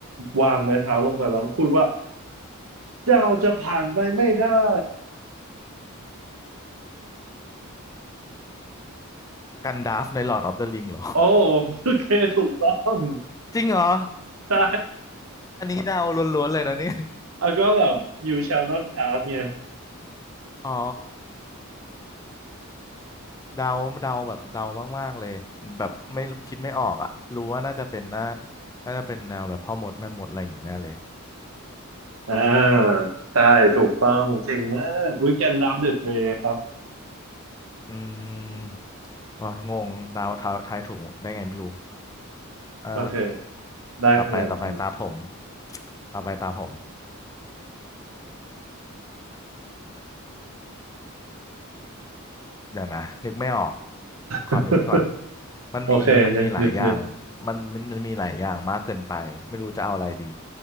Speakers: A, on the right; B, on the left.
A: วางไม้เท้าลงไปแล้วก็พูดว่า เจ้าจะผ่านไปไม่ได้
B: กันดาฟใน Lord of the Ring เหรอ
A: โอ้โอเคถูกต้อง
B: <laughs> จริงเหรอ
A: ใช่
B: อันนี้เดาล้วนๆเลยนะเนี่ย
A: แล้วก็แบบ you shall not pass เนี่ย
B: อ๋อเดาเดาแบบเดามากๆเลยแบบไม่คิดไม่ออกอ่ะรู้ว่าน่าจะเป็นน่าน่าจะเป็นแนวแบบพ่อมดแม่มดอะไรอย่างงี้แน่เลย
A: อ่าใช่ถูกต้องเก่งมากวิกแอนดัมเดอะเกรย์ครับ
B: อืมอ๋องงเดาทายทายถูกได้ไงไม่รู้เอ่อ
A: โอเคได้คะแนนไปนะ
B: ต่อไปต่อไปตาผมต่อไปตาผม เดี๋ยวนะนึกไม่ออกขอนึกก่อน
A: <laughs>
B: มันมีมันมีหลายอย่าง
A: โอเคนึกนึกนึก
B: มันมันมันมีหลายอย่างมากเกินไปไม่รู้จะเอาอะไรดี